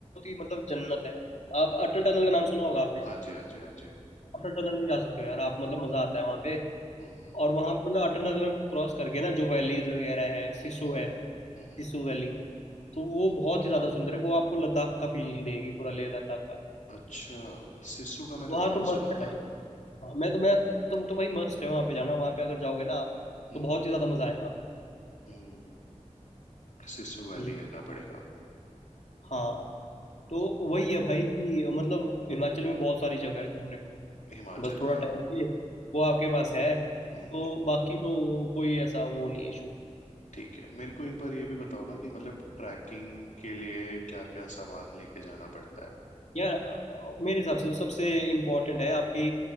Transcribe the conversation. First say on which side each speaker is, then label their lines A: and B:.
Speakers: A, on the left (about 65°); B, on the left (about 85°).
A: ही मतलब जन्नत है आप अटल टनल का नाम सुना होगा आपने
B: हाँ जी हाँ जी हाँ जी
A: अटल टनल भी जा सकते हो यार आप मतलब मजा आता है वहां पे
B: हम्म हम्म
A: और वहां पे मतलब अटल टनल को क्रॉस करके ना जो वैलीज वगैरह है सिसु
B: हम्म हम्म
A: है
B: हम्म।
A: सिसु वैली तो वो
B: हम्म।
A: बहुत ही ज्यादा सुंदर है वो आपको लद्दाख का फील देगी पूरा लेह लद्दाख का
B: अच्छा सिसु का मैंने
A: वहां
B: नाम
A: तो मस्त
B: सुना
A: है भाई
B: था
A: हाँ, मैं तो मैं तो, तो भाई मस्त है वहां पे जाना वहां पे अगर जाओगे ना आप
B: हम्म
A: तो बहुत ही ज्यादा मजा आएगा
B: हम्म सिसु वैली
A: हम्म
B: करना पड़ेगा
A: हाँ तो वही है भाई कि मतलब हिमाचल में बहुत सारी जगह है घूमने को
B: हिमाचल
A: बस थोड़ा
B: हाँ
A: टाइम चाहिए वो आपके पास है
B: हम्म
A: तो बाकी तो कोई ऐसा वो नहीं इशू
B: ठीक है मेरे को एक बार ये भी बताओ ना कि मतलब ट्रैकिंग के लिए क्या क्या सामान लेके जाना पड़ता है
A: यार अ, मेरे हिसाब से तो सबसे इम्पोर्टेंट है आपकी